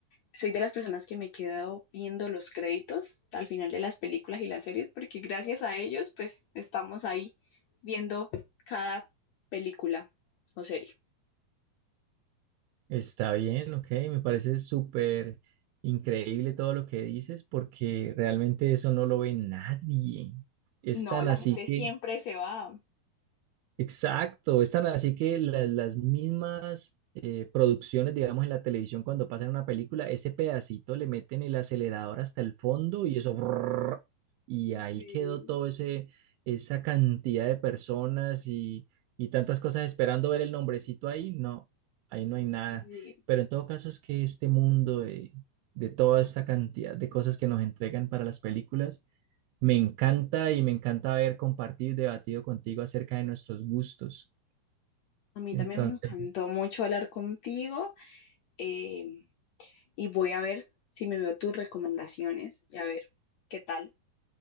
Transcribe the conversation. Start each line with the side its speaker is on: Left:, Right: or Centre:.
Left: soy de las personas que me he quedado viendo los créditos al final de las películas y las series, porque gracias a ellos, pues estamos ahí viendo cada película o serie.
Right: Está bien, ok, me parece súper increíble todo lo que dices porque realmente eso no lo ve nadie. Es
Left: No,
Right: tan
Left: la
Right: así
Left: gente
Right: que
Left: siempre se va.
Right: Exacto, están así que la- las mismas eh, producciones, digamos, en la televisión, cuando pasan una película, ese pedacito le meten el acelerador hasta el fondo y eso, brrr, y ahí
Left: Sí,
Right: quedó todo ese, esa cantidad de personas y, y tantas cosas esperando ver el nombrecito ahí. No, ahí no hay nada.
Left: sí.
Right: Pero en todo caso es que este mundo de, de toda esta cantidad de cosas que nos entregan para las películas me encanta y me encanta haber compartido y debatido contigo acerca de nuestros gustos.
Left: A mí
Right: Entonces,
Left: también me encantó mucho hablar contigo. Eh, y voy a ver si me veo tus recomendaciones y a ver qué tal.